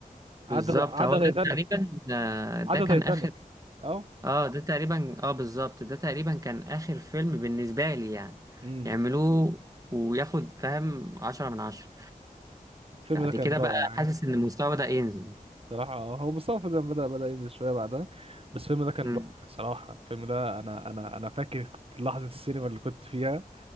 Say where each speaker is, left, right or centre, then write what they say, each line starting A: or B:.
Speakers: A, on the right; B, on the right.
A: عدى
B: بالظبط
A: عدى
B: هو
A: تايتانيك
B: ده تقريبا آه، ده
A: عدى
B: كان
A: تايتانيك
B: اخر
A: اه
B: اه ده تقريبا اه بالظبط ده تقريبا كان اخر فيلم بالنسبة لي يعني
A: امم
B: يعملوه وياخد فاهم عشرة من عشرة
A: الفيلم
B: بعد
A: ده كان
B: كده
A: رائع
B: بقى حاسس
A: يعني.
B: ان المستوى ده ينزل
A: صراحة آه، هو مستوى الفيلم بدأ بدأ ينزل شوية بعدها بس الفيلم ده كان
B: مم.
A: رائع صراحة الفيلم ده أنا أنا أنا فاكر كنت لحظة السينما اللي كنت فيها